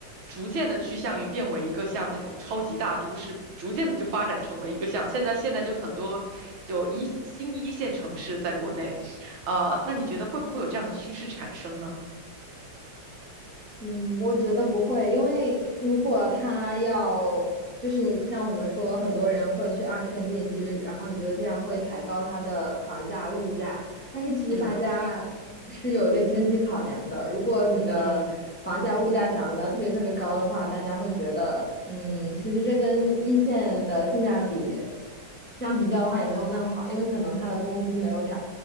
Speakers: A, on the right (about 85°); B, in the centre.
A: 逐渐的趋向于变为一个像那种超级大都市，逐渐的就发展成为一个像现在现在就很多就一新一线城市在国内，呃，那你觉得会不会有这样的趋势产生呢？
B: 嗯，我觉得不会，因为如果他要，就是你像我们说，很多人会去二线定居，然后你觉得这样会抬高他的房价、物价，但是其实大家是有一个经济考量的。
A: 嗯
B: 如果你的房价、
A: 嗯
B: 物价涨得特别特别高的话，大家会觉得，嗯，其实这跟一线的性价比相比较的话，也没有那么好，因为可能他的工资没有涨，